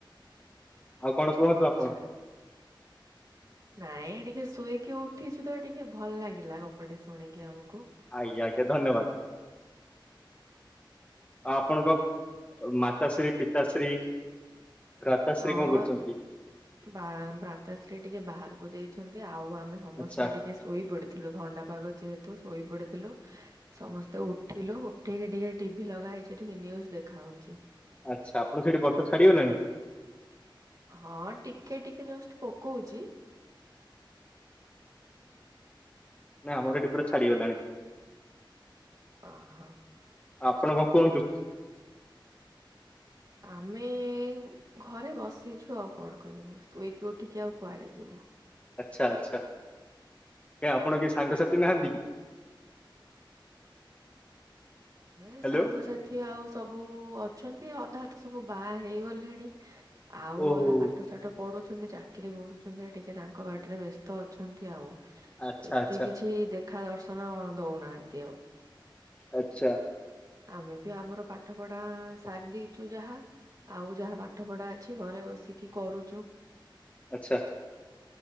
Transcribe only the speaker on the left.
ଆଉ କଣ କୁହନ୍ତୁ
ଆପଣ?
ଆଜ୍ଞା ଆଜ୍ଞା ଧନ୍ୟବାଦ। ଆଁ ଆପଣଙ୍କ ମାତାଶ୍ରୀ ପିତାଶ୍ରୀ ଭ୍ରାତାଶ୍ରୀ
କଣ କରୁଛନ୍ତି?
ଆଚ୍ଛା
ଆଚ୍ଛା ଆପଣ ସେଇଠି ବର୍ଷା ଛାଡିଗଲାଣି?
ନାଁ ଆମର ଏଠି ପୁରା ଛାଡିଗଲାଣି।
ଆପଣ କଣ କୁହନ୍ତ?
ଆଛା ଆଚ୍ଛା ଆପଣଙ୍କ କେହି ସାଙ୍ଗସାଥି ନାହାନ୍ତି କି?
ହ୍ୟାଲୋ।
ଓହୋ
ଆଚ୍ଛା
ଆଚ୍ଛା
ଆଛା।
ଆଛା